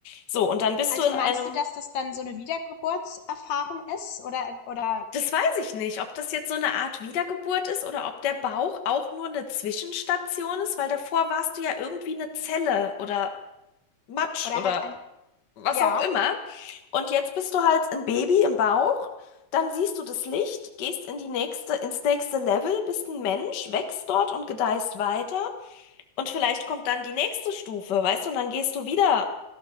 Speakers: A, on the left; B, on the left.
A: So, und dann bist
B: Also
A: du in
B: meinst
A: einem
B: du, dass das dann so eine Wiedergeburtserfahrung ist? Oder, oder,
A: Das weiß ich nicht, ob das jetzt so eine Art Wiedergeburt ist oder ob der Bauch auch nur eine Zwischenstation ist, weil davor warst du ja irgendwie eine Zelle oder Matsch
B: oder
A: oder
B: halt ein,
A: was
B: ja,
A: auch immer. Und jetzt bist du halt ein Baby im Bauch, dann siehst du das Licht, gehst in die nächste, ins nächste Level, bist ein Mensch, wächst dort und gedeihst weiter. Und vielleicht kommt dann die nächste Stufe, weißt du, und dann gehst du wieder,